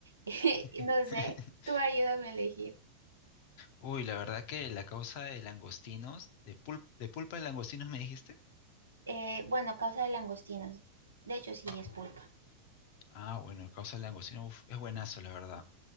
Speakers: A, on the right; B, on the left.
A: <laughs>
B: <laughs>
A: No sé, tú ayúdame a elegir.
B: Uy, la verdad que la causa de langostinos, de, pul- de pulpa de langostinos me dijiste.
A: Eh, bueno, causa de langostinos. De hecho, sí,
B: Wow.
A: es pulpa.
B: Ah, bueno, la causa de langostinos uf, es buenazo, la verdad.